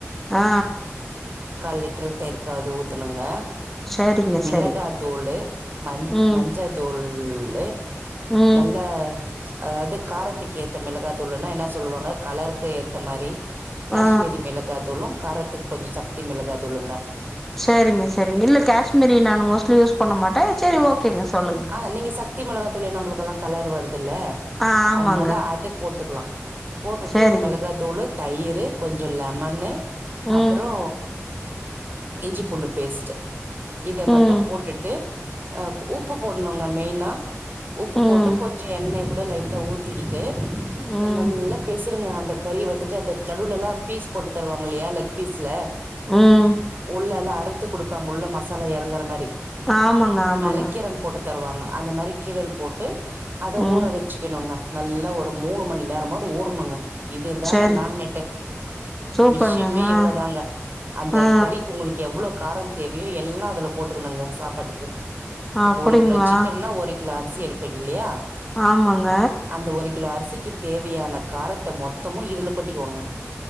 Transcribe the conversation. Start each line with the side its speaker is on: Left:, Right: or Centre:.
Centre: ஆ
Right: கால் லிட்ரு தயிருக்காவ்து ஊத்தனுங்க
Centre: சரிங்க
Right: மிளகா
Centre: சரிங்க
Right: தூளு மஞ்
Centre: ம்
Right: மஞ்ச தூள்ளு
Centre: ம்
Right: நல்ல அதாவ்து காரத்துக்கு ஏத்த மிளகாதூளுனா என்ன சொல்லுவாங்க கலருக்கு ஏத்த மாரி காஷ்மீரி
Centre: ஆ
Right: மிளகாதூளு காரத்துக்கு கொஞ்சொ சக்தி மிளகாதூளுங்க
Centre: சேரிங்க சேரிங்க இல்ல காஷ்மீரி நானு மோஸ்ட்லி யூஸ் பண்ண மாட்டே செரி ஓகேங்க சொல்லுங்க
Right: ஆ நீங்க சக்தி மொளகாதூளே நம்ளுக்கல்லா கலர் வருதுல்ல
Centre: ஆ ஆமாங்க
Right: அதனால அது போட்டுக்லா போட்டுட்டு
Centre: சரிங்க
Right: இந்த மிளகா தூளு தயிரு கொஞ்சோ லெமனு
Centre: ம்
Right: அப்றோ இஞ்சிப்பூண்டு பேஸ்ட்டு இத மட்டு
Centre: ம்
Right: போட்டுட்டு ஆ உப்பு போட்னுங்க மெய்னா உப்பு
Centre: ம்
Right: போட்டு கொஞ்சொ எண்ணய கூட லைட்டா ஊ த்திக்கிட்டு
Centre: ம்
Right: நல்லா பெசருங்க அந்த கறி வந்துட்டு அந்த நடுவுலலா பீஸ் போட்டு தருவாங்கல்லயா லெக் பீஸ் ல
Centre: ம்
Right: உள்ளலா அறுத்து கொடுப்பாங்க உள்ள மசாலா இறங்குற மாரி
Centre: ஆமாங்க ஆமாங்க
Right: மேல கீரல் போட்டு தருவாங்க அந்த மாரி கீரல் போட்டு அத
Centre: ம்
Right: ஊற வச்சுக்கணுங்க நல்லா ஒரு மூணு மணி நேரமாது ஊறணுங்க இதுதாங்க
Centre: சரி
Right: மேக்னேட்டே
Centre: சூப்பருங்க
Right: விஷயமே
Centre: ஆ
Right: இவ்வளவுதாங்க அந்த
Centre: ஆ
Right: கறி உங்களுக்கு எவ்வளோ காரம் தேவையோ எல்லா அதுல போட்டுக்கணுங்க சாப்பாட்டுக்கு
Centre: ஆ
Right: இப்ப
Centre: அப்படிங்களா
Right: ஒரு கிலோ சிக்கன்னா ஒரு கிலோ அரிசி எடுப்பீங்க இல்லையா
Centre: ஆமாங்க
Right: அந்த ஒரு கிலோ அரிசிக்கு தேவையான காரத்த மொத்தமு இதுல கொட்டிக்கோங்க